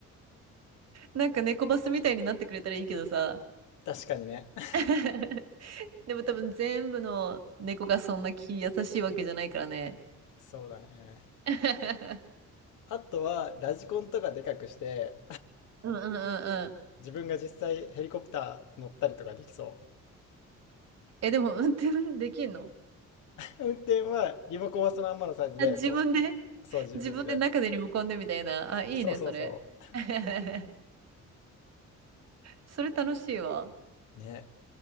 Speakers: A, on the right; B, on the left.
A: なんか猫バスみたいになってくれたらいいけどさ。
B: 確かにね。<laughs>
A: <laughs> でも多分全部の猫がそんな気優しいわけじゃないからね。
B: そうだね。
A: <laughs>
B: あとは、ラジコンとかでかくして、
A: うんうんうんうん。
B: 自分が実際ヘリコプター乗ったりとかできそ
A: え、でも運転できんの
B: う。運転はリモコンはそのまんまのサイズで、
A: あ、自分で、
B: こう、
A: <laughs>
B: そう自分で。
A: 自分で中でリモコンでみたいな。あ、いいね、
B: そうそうそ
A: それ。<laughs> それ楽しいわ。
B: う。ね。